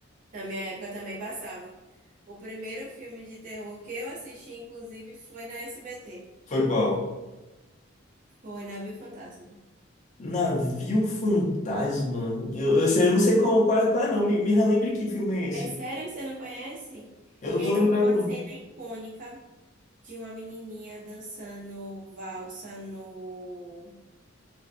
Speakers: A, on the right; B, on the left.
A: Na minha época também passava. O primeiro filme de terror que eu assisti, inclusive, foi na SBT.
B: Foi qual?
A: Foi Navio Fantasma.
B: Navio Fantasma. Eu, eu sei- eu não sei qual, qual, é, qual é não. Me, me relembre que filme é esse.
A: É sério que você não conhece?
B: Eu não
A: Ele
B: tô lembrado
A: tem uma
B: não.
A: cena icônica de uma menininha dançando valsa no